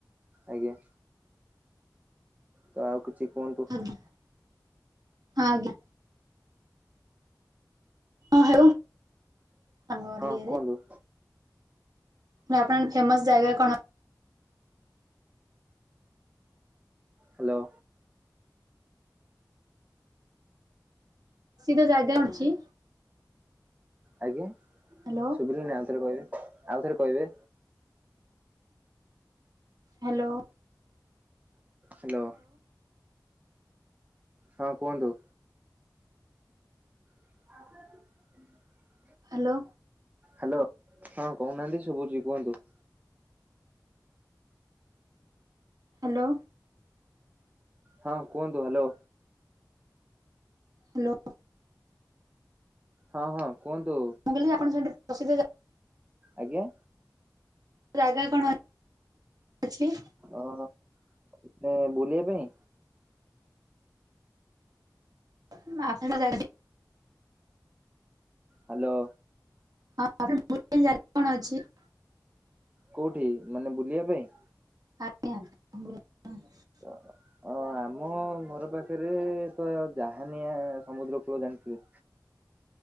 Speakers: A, on the right; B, on the right.
A: ଆଜ୍ଞା। ତ ଆଉ କିଛି କୁହନ୍ତୁ।
B: ଆଜ୍ଞା ଆଜ୍ଞା। ହଁ ହଉ ଆମ ଏରିଆରେ
A: ହଁ କୁହନ୍ତୁ।
B: ଆପଣଙ୍କ ଫେମସ ଜାଗା କଣ?
A: ହାଲୋ।
B: ପ୍ରସିଦ୍ଧ ଜାଗା କଣ ଅଛି?
A: ଆଜ୍ଞା
B: ହ୍ୟାଲୋ
A: ଶୁଭିଲାନି ଆଉଥରେ କହିବେ ଆଉ ଥରେ କହିବେ?
B: ହାଲୋ।
A: ହାଲୋ। ହଁ କୁହନ୍ତୁ। <inaudible>
B: ହାଲୋ।
A: ହାଲୋ ହଁ କହୁନାହାନ୍ତି ଶୁଭୁଛି କୁହନ୍ତୁ।
B: ହାଲୋ।
A: ହଁ କୁହନ୍ତୁ ହାଲୋ।
B: ହାଲୋ।
A: ହଁ ହଁ କୁହନ୍ତୁ।
B: ମୁଁ କହିଲି ଆପଣ ସେଠି ପ୍ରସିଦ୍ଧ ଜା
A: ଆଜ୍ଞା?
B: ଜାଗା କଣ ଅଛି?
A: ଓ ହୋ କଣ ବୁଲିବା ପାଇଁ?
B: <unintelligible> ଯାଇଛି।
A: ହାଲୋ।
B: ହଁ ଆପଣ ବୁଲି ଜାଗା କଣ ଅଛି?
A: କୋଉଠି ମାନେ ବୁଲିବା ପାଇଁ?
B: ଆଜ୍ଞା ବୁଲିବା ପାଇଁ।
A: ଅ। ଅ-ଆମ ଘର ପାଖରେ ତ ଜାହାନିଆ ସମୁଦ୍ର କୂଳ ଜାଣିଥିବେ?